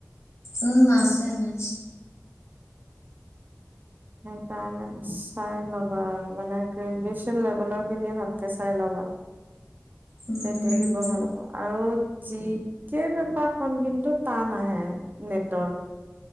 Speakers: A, on the left; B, on the right.
A: উম আছে মেজ
B: সেইকাৰণে চাই ল'বা আৰু মানে গ্ৰেজুৱয়েচন লেভেলৰ খিনি ভালকে চাই ল'বা
A: উম
B: তেতিয়া দিব ভাল হব আৰু যি ক বেপাৰখন কিন্তু টান আহে নেটৰ